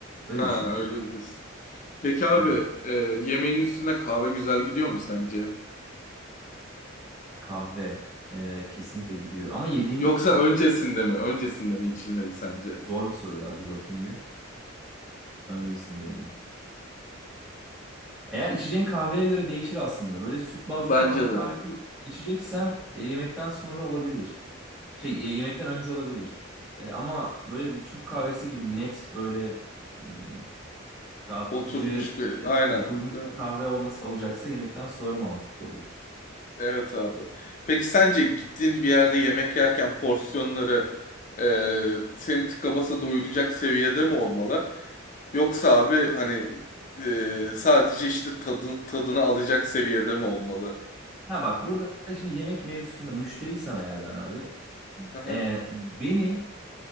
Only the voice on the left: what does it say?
Ha
öyle diyorsun. Peki abi
e, yemeğin üstüne kahve güzel gidiyor mu sence?
Yoksa
öncesinde mi? Öncesinde mi içilmeli sence?
Bence
de.
Oturmuş
bir. Aynen.
Değil
mi?
Evet abi. Peki sence gittiğin bir yerde yemek yerken porsiyonları e, seni tıka basa doyuracak seviyede mi olmalı? Yoksa abi hani e, sadece işte tadın, tadını alacak seviyede mi olmalı?
Hı hı.